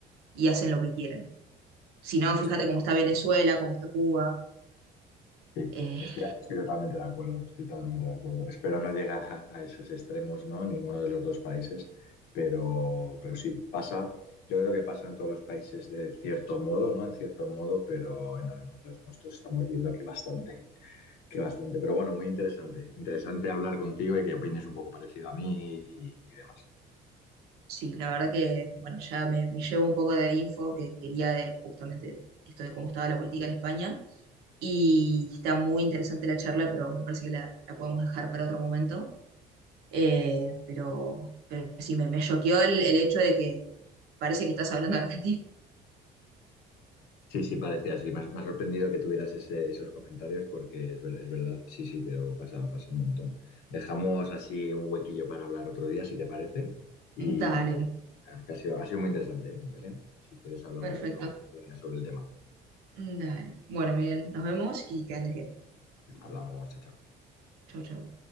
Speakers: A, on the right; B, on the left.
A: y hacen lo que quieren. Si no, fíjate
B: estoy,
A: cómo está Venezuela, cómo está Cuba.
B: sí,
A: Eh,
B: estoy, estoy totalmente de acuerdo, estoy totalmente de acuerdo. Espero no llegar a, a esos extremos, ¿no? Ninguno de los dos países, pero, pero sí, pasa. Yo creo que pasa en todos los países de cierto modo, ¿no? En cierto modo, pero en los nuestros estamos viendo que bastante. Que bastante, pero bueno, muy interesante. Interesante hablar contigo y que opines un poco parecido a mí y, y demás.
A: sí, la verdad que, bueno, ya me, me llevo un poco de info que quería de, justamente esto de cómo estaba la política en España. Y está muy interesante la charla, pero me parece que la, la podemos dejar para otro momento. Eh, pero, pero sí, me, me choqueó el, el hecho de que parece que estás hablando de Argentina.
B: Sí, sí, parecía así. Me, ha me ha sorprendido que tuvieras ese- esos comentarios porque es, ver- es verdad, sí, sí, pero pasa, pasa un montón. Dejamos así un huequillo para hablar otro día, si te parece. Y
A: <laughs> Dale.
B: ah, que ha sido, ha sido muy interesante, ¿eh, Belén? Si quieres, hablamos
A: Perfecto.
B: otro, otro día sobre el tema.
A: Mm, Dale. Bueno, Miguel, nos vemos y que andes bien.
B: Hablamos, chao, chao.
A: Chau, chau.